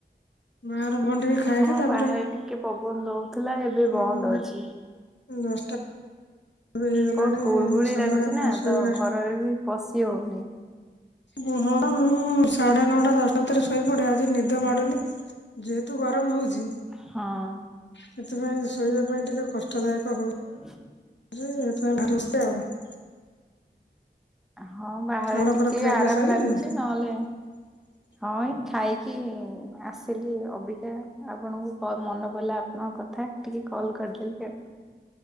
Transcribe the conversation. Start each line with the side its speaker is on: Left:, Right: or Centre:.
Left: <inaudible> ମା ର ଭଣ୍ଡି ଖାଇକି
Centre: ହଁ
Left: ତାପରେ
Centre: ବାହାରେ ଟିକେ ପବନ ଦଉଥିଲା ଏବେ
Left: ହ
Centre: ବନ୍ଦ ଅଛି।
Left: ହେଇଗଲାଣି
Centre: ବହୁତ ଗୁଳଗୁଳି
Left: ସମ
Centre: ଲାଗୁଛି
Left: ପାସ
Centre: ନା ତ ଘରରେ ବି ପଶି ହଉନି।
Left: ହ ହଡା ମୁଁ ସାଢେ ନଅଟା ଦଶଟା ଭିତରେ ଶୋଇପଡେ ଆଜି ନିଦ ମାଡ଼ୁନି ଯେହେତୁ ଗରମ ହଉଛି
Centre: ହଁ
Left: ସେଥିପାଇଁ ଶୋଇବା ପାଇଁ ଟିକେ କଷ୍ଟଦାୟକ ହଉଛି
Centre: ହ
Left: ହଛ
Centre: ହଁ ବାହାରେ
Left: ଆପଣଙ୍କର
Centre: ଟିକେ
Left: ଖିଆ
Centre: ଆରାମ
Left: ପିଆ ସରିଲାଣି
Centre: ଲାଗୁଛି ନହେଲେ
Left: <inaudible>
Centre: ହଁ ଖାଇକି ଆସିଲି ଅବିକା ଆପଣଙ୍କୁ ମନେ ପଡିଲଲା ଆପଣଙ୍କ କଥା ଟିକେ କଲ୍ କରିଦେଲେ ସେ